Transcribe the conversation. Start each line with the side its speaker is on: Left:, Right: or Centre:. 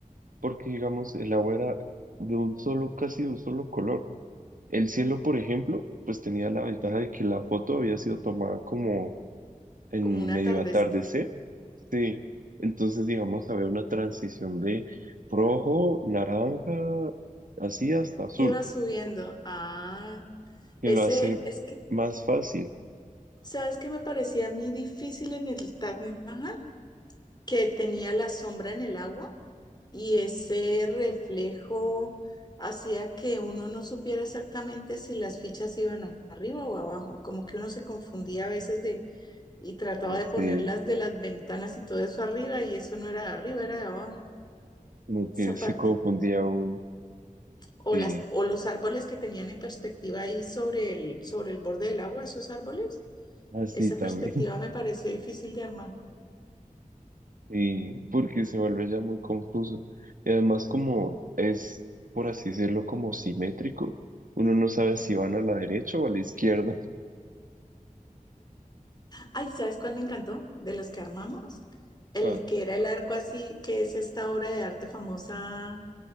Right: porque digamos, el agua era de un solo, casi de un solo color. El cielo, por ejemplo, pues tenía la ventaja de que la foto había sido tomada como en
Left: como una
Right: medio
Left: tardecita.
Right: atardecer. Sí, entonces digamos, había una transición de rojo, naranja, así hasta azul,
Left: Iba subiendo. Ah,
Right: que
Left: ese
Right: lo hace
Left: es que,
Right: más fácil,
Left: ¿sabes qué me parecía a mí difícil en el Taj Mahal? Que tenía la sombra en el agua y ese reflejo hacía que uno no supiera exactamente si las fichas iban a- arriba o abajo. Como que uno se confundía a veces de y trataba
Right: hace
Left: de ponerlas de las ventanas y todo eso arriba y eso no era de arriba, era de abajo.
Right: como que
Left: Esa
Right: se
Left: parte
Right: confundía uno,
Left: O
Right: sí,
Left: las, o los árboles que tenían en perspectiva ahí sobre el, sobre el borde del agua, esos árboles.
Right: así
Left: Esa
Right: también.
Left: perspectiva me pareció difícil de armar.
Right: Y porque se vuelve ya muy confuso. Y además como es, por así decirlo, como simétrico, uno no sabe si van a la derecha o a la izquierda.
Left: Ay, ¿sabes cuál me encantó? De los que armamos. El
Right: <laughs> Pa-
Left: que era el arco así, que es esta obra de arte famosa.